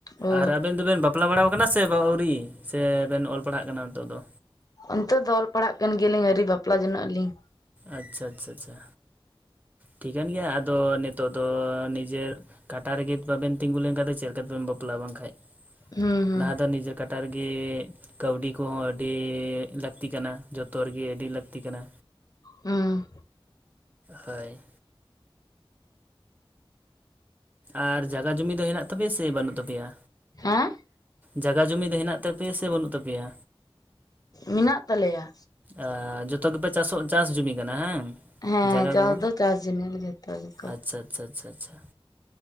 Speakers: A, on the left; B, on the right.
A: ᱚ
B: ᱟᱨ ᱟᱵᱮᱱ ᱫᱚᱵᱮᱱ ᱵᱟᱯᱞᱟ ᱵᱟᱲᱟ ᱟᱠᱟᱱᱟ ᱥᱮ ᱵᱟ ᱟᱹᱣᱨᱤ ᱥᱮ ᱵᱮᱱ ᱚᱞ ᱯᱟᱲᱦᱟᱜ ᱠᱟᱱᱟ ᱱᱤᱛᱚᱜ ᱫᱚ
A: ᱱᱤᱛᱳᱜ ᱫᱚ ᱚᱞ ᱯᱟᱲᱦᱟᱜ ᱠᱟᱱ ᱜᱮᱭᱟᱞᱤᱧ ᱟᱹᱣᱨᱤ ᱵᱟᱯᱞᱟ ᱡᱚᱱᱚᱜ ᱟᱞᱤᱧ
B: ᱟᱪᱪᱷᱟ ᱟᱪᱪᱷᱟ ᱟᱪᱪᱷᱟ ᱴᱷᱤᱠᱟᱹᱱ ᱜᱮᱭᱟ ᱟᱫᱚ ᱱᱤᱛᱚᱜ ᱫᱚ ᱱᱤᱡᱮᱨ ᱠᱟᱴᱟ ᱨᱮᱜᱮ ᱵᱟᱵᱮᱱ ᱛᱤᱸᱜᱩ ᱞᱮᱱᱠᱷᱟᱱ ᱫᱚ ᱪᱮᱫ ᱞᱮᱠᱟᱛᱮᱵᱮᱱ ᱵᱟᱯᱞᱟᱼᱟ ᱵᱟᱝᱠᱷᱟᱱ
A: ᱦᱩᱸ ᱦᱩᱸ
B: ᱞᱟᱦᱟ ᱫᱚ ᱱᱤᱡᱮ ᱠᱟᱴᱟ ᱨᱮᱜᱮ ᱠᱟᱹᱣᱰᱤ ᱠᱚᱦᱚᱸ ᱟᱹᱰᱤ ᱞᱟᱹᱠᱛᱤ ᱠᱟᱱᱟ ᱡᱚᱛᱚ ᱨᱮᱜᱮ ᱟᱹᱰᱤ ᱞᱟᱹᱠᱛᱤ ᱠᱟᱱᱟ
A: ᱦᱩᱸ
B: ᱦᱚᱭ ᱟᱨ ᱡᱟᱭᱜᱟ ᱡᱚᱢᱤ ᱫᱚ ᱦᱮᱱᱟᱜ ᱛᱟᱯᱮᱭᱟ ᱥᱮ ᱵᱟᱹᱱᱩᱜ ᱛᱟᱯᱮᱭᱟ
A: ᱦᱮᱸ
B: ᱡᱟᱭᱜᱟ ᱡᱩᱢᱤ ᱫᱚ ᱦᱮᱱᱟᱜ ᱛᱟᱯᱮᱭᱟ ᱥᱮ ᱵᱟᱹᱱᱩᱜ ᱛᱟᱯᱮᱭᱟ
A: ᱢᱮᱱᱟᱜ ᱛᱟᱞᱮᱭᱟ
B: ᱟ ᱡᱚᱛᱚ ᱜᱮᱯᱮ ᱪᱟᱥᱚᱜ ᱪᱟᱥ ᱡᱩᱢᱤ ᱠᱟᱱᱟ ᱦᱮᱸ
A: ᱦᱮᱸ
B: ᱡᱟᱭᱜᱟ
A: ᱪᱟᱥ
B: ᱠᱚ
A: ᱫᱚ ᱪᱟᱥ ᱡᱤᱱᱤᱥ ᱫᱚ ᱡᱚᱛᱚ ᱜᱮᱠᱚ
B: ᱟᱪᱪᱷᱟ ᱟᱪᱪᱷᱟ ᱟᱪᱪᱷᱟ ᱟᱪᱪᱷᱟ